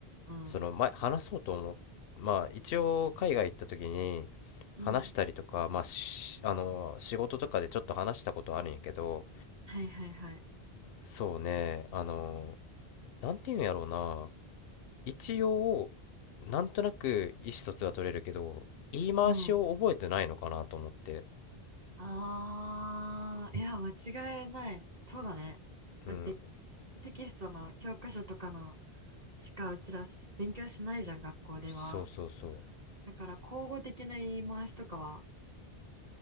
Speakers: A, on the right; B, on the left.
A: うん。
B: その前話そうと思っまあ一応海外行った時に
A: うん。
B: 話したりとか、まあ、しあの仕事とかでちょっと話したことあるんやけど
A: はいはいはい。
B: そうねあのなんていうんやろうな一応なんとなく意思疎通は取れるけど言い回しを覚えてないのかなと思って
A: うん。あー、いや、間違いない。そうだね。だって、
B: うん
A: テキストの教科書とかのしかうちらす勉強しないじゃん、学校では。
B: そうそうそう
A: だから、口語的な言い回しとかは